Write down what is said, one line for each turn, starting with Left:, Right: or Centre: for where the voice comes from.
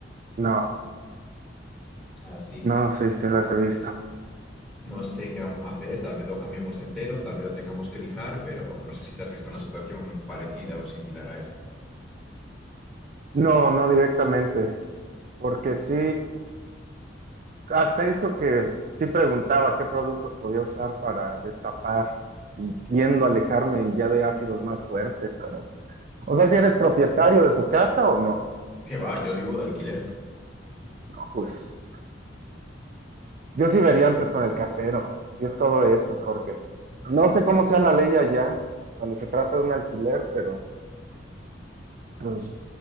Right: No,
Centre: Así
Right: no,
Centre: que
Right: sí, sí las he visto.
Centre: No sé qué vamos a hacer, tal vez lo cambiemos entero, tal vez lo tengamos que lijar, pero no sé si te has visto una situación parecida o similar a esta.
Right: No, no directamente, porque sí, hasta eso que sí preguntaba qué productos podía usar para destapar y tiendo a alejarme ya de ácidos más fuertes, pero... O sea, si eres propietario de tu casa o no,
Centre: ¿Qué va? Yo vivo de alquiler.
Right: pues yo sí vería antes con el casero, si es todo eso, porque no sé cómo sea la ley allá cuando se trata de un alquiler, pero... pues